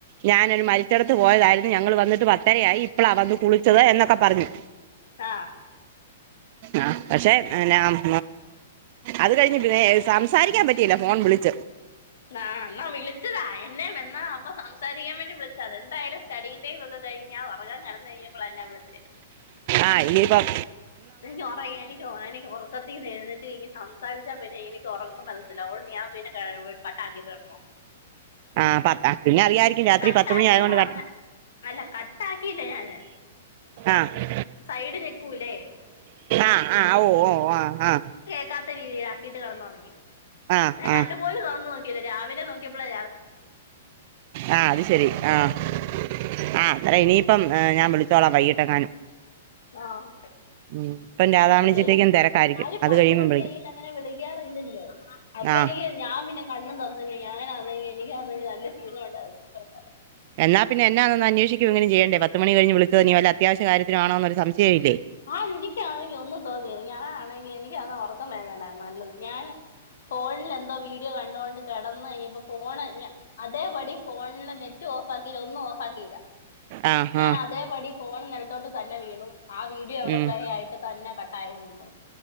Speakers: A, on the right; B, on the left.
A: ഞാൻ ഒരു മരിച്ച ടത്ത് പോയതായിരുന്നു ഞങ്ങൾ വന്നിട്ട് പത്തരയായി ഇപ്പളാ വന്നു കുളിച്ചത് എന്നൊക്കെ പറഞ്ഞു
B: ആഹ്
A: ആ പക്ഷെ എന്നാ ഉം അത് കഴിഞ്ഞ് പിന്നെ സംസാരിക്കാൻ പറ്റിയില്ല ഫോൺ വിളിച്ച്
B: ആഹ് ന്നാ എന്നാ വിളിച്ചതാ എന്നെ വാ അപ്പൊ സംസാരിക്കാൻ വേണ്ടി വിളിച്ച അതെന്തായും സ്റ്റഡിന്റെയും കഴിഞ്ഞാ ഉറങ്ങാൻ കിടന്ന കഴിഞ്ഞപ്പോൾ എന്നെ വിളിച്ചത്
A: ആഹ് ഇനിപ്പം
B: എനിക്ക് ഉറ എനിക്ക എനക്ക് ഉറക്ക ത്തിന്ന് എഴുന്നേറ്റ്ഇനി സംസാരിച്ചൽ പിന്നെ എനിക്ക് ഉറക്കം വരത്തില്ല അതുകണ്ട് ഞാൻ പിന്നെ കട്ടാക്കിട്ട് കിടന്നു
A: ആഹ് പത്ത പിന്നെ അറിയാരിക്കും രാത്രി
B: കട്ടാക്കിന്ന്
A: പത്തുമണി ആയത് കൊണ്ട്
B: പറഞ്ഞ
A: കിട
B: അല്ല കട്ട് ആക്കില്ല ഞാന്
A: ആഹ്
B: സൈഡ് ഞക്കൂല്ലേ
A: ആഹ് ആഹ് ഓ ഓ ആഹ് ആഹ്
B: ാത്ത രീതിയില ആക്കിട്ട് കിടന്നു തുങ്ങി
A: ആ
B: ഞാ
A: ആ
B: കണ്ടുപോലും കറന്നു നോക്കില്ലോ രാവിലെ നോക്കിയപ്പോളേ
A: ആഹ് അത് ശരി ആഹ് ആഹ് അല്ല ഇനിയിപ്പം ഞാൻ വിളിച്ചോളാം വൈകിട്ടെങ്ങാനും
B: ആഹ്
A: ഉം ഇപ്പം രാധാമണിച്ചിറ്റക്കും
B: അല്ലേലും
A: തിരക്കായിരിക്കും
B: ആര്
A: അത്
B: പത്തുമണി
A: കഴിയുമ്പം വിളിക്കും
B: കഴഞ്ഞിട്ട് അങ്ങനെ വിളിക്കാറില്ലല്ലോ അപ്പൊ
A: ആഹ്
B: എനിക്ക് ഞാൻ പിന്നെ കണ്ും തന്നില്ല ഞാനാണെങ്കിൽ എനിക്കാന്നെങ്കിൽ നല്ല ക്ഷീണം ഉണ്ടായിരുന്നു
A: എന്നാ പിന്ന എന്നാ ഒന്ന് അന്വേഷിക്ക ഇങ്ങന ചെയ്യണ്ടേ പത്ത് മണി കഴിഞ് വിളിച്ചത്നി വല്ല അത്യാശ്യ കാര്യനാണോന്ന ഒരു സംശയംഇല്ലേ
B: ആഹ് എനിക്കാണെങ്കിൽ ഒന്നും തോന്നിയത് ഞാാനാണെങ്കിൽ എനക്ക് അന്ന ഉറക്കം വരുന്നുണ്ടായിരുന്നു നല്ലത് ഞാാന് ഫോണിൽ എന്തോ വീഡിയോ കണ്ടൊണ്ട് കിടന്ന് കഴിഞ്ഞപ്പോ ഫോൺ അതേപടി ഫോണില് നെറ്റ് ഓഫ് ആക്കില്ല ഒന്നും ഓഫ് ആാക്കില്ല
A: ആഹ്
B: ഞാൻ
A: ആഹ്
B: അതേപടി ഫോൺ നേടുത്തോട്ട് തന്നെ വീണു ആ വീഡിയോ എവിടെ
A: ഉം
B: പ്ലേ ആയിട്ട് തന്നെ കട്ടായി നിന്നു